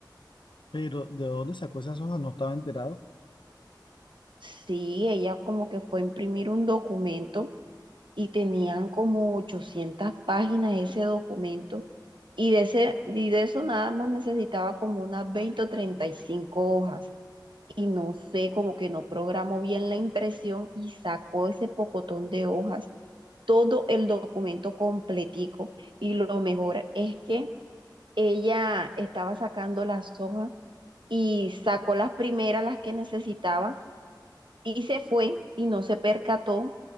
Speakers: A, on the left; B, on the right.
A: Pero ¿de dónde sacó esas hojas? No estaba enterado.
B: Sí, ella como que fue a imprimir un documento y tenían como 800 páginas ese documento. Y de ese, y de eso nada más necesitaba como unas 20 o 35 hojas. y no sé, como que no programó bien la impresión y sacó ese pocotón de hojas, todo el documento completico. Y lo mejor es que ella estaba sacando las hojas y sacó las primeras, las que necesitaba, y se fue y no se percató